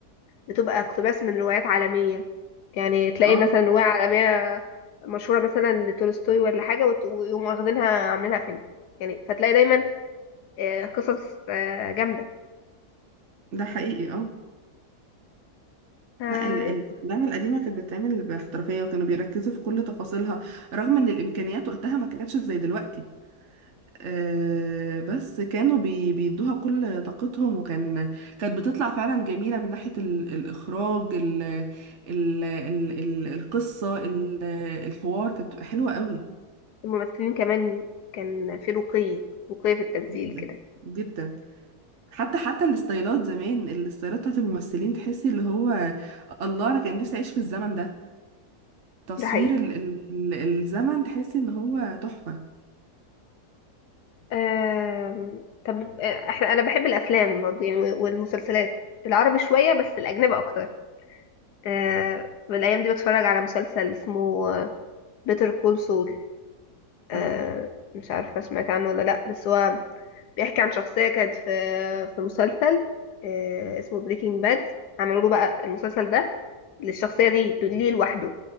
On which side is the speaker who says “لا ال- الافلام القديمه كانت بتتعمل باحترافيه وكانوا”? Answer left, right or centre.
Right